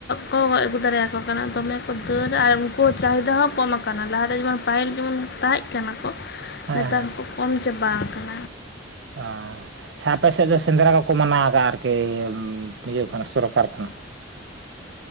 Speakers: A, on the left; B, on the right.
A: ᱠᱚ ᱜᱚᱡᱽ ᱟᱹᱜᱩ ᱫᱟᱲᱮᱭ ᱟᱠᱚ ᱠᱟᱱᱟ ᱫᱚᱢᱮ ᱠᱚ ᱫᱟᱹᱲᱟ ᱟᱨ ᱩᱱᱠᱩ ᱪᱟᱦᱤᱫᱟ ᱦᱚᱸ ᱠᱚᱢ ᱟᱠᱟᱱᱟ ᱞᱟᱦᱟ ᱛᱮᱼᱼ ᱥᱮᱫᱟᱭ ᱡᱮᱢᱚᱱ ᱯᱟᱭᱦᱤᱞ ᱡᱮᱢᱚᱱ ᱛᱟᱦᱮᱸᱜ ᱠᱟᱱᱟ ᱠᱚ
B: ᱦᱮᱸ
A: ᱱᱮᱛᱟᱨ
B: ᱦᱮᱸ
A: ᱦᱚᱸ ᱠᱚ ᱠᱚᱢ ᱪᱟᱵᱟ ᱟᱠᱟᱱᱟ᱾
B: ᱚ ᱥᱮ ᱟᱯᱮ ᱥᱮᱫ ᱫᱚ ᱥᱮᱸᱫᱽᱨᱟ ᱠᱚ ᱠᱚ ᱢᱟᱱᱟᱣ ᱟᱠᱟᱜᱼᱟ ᱟᱨᱠᱤ ᱤᱭᱟᱹ ᱠᱷᱚᱱᱟᱜ ᱥᱚᱨᱠᱟᱨ ᱠᱷᱚᱱᱟᱜ